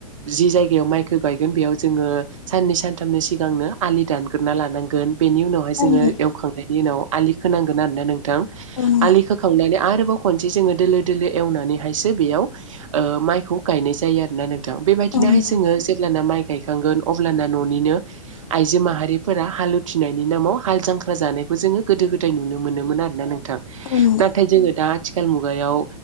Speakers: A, on the right; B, on the left.
A: जि जायगायाव माइखौ गायगोन बेयाव जोङो साननै सानथामनि सिगांनो आलि दानग्रो ना लानांगोन। बेनि उनाव
B: औ
A: जोङो
B: नंगौ
A: एखांनायनि उनाव आलि खोनांगोन आरो ना नोंथां
B: औ नंगौ
A: आलि खोखांनानै आरोबाव खनसे जोङो दोलो दोलो एवनानैहायसो बेयाव माइखौ गायनाय जायो आरो ना नोंथां बेबायदिनोहाय
B: औ नंगौ
A: जोङो जेलाना माइ गायखांगोन अब्लाना न'निनो आइजो माहारिफोरा हालुथिनायनि नामाव हाल जांख्रा जानायखौ जोङो गोदो गोदाय नुनो मोनोमोन आरो। ना नोंथां
B: औ नंगौ
A: नाथाय जोङो दा आथिखाल मुगायाव